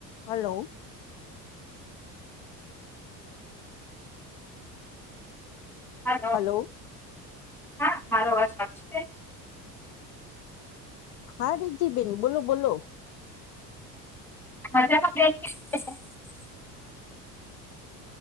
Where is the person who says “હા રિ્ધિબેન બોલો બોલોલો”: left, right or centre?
Left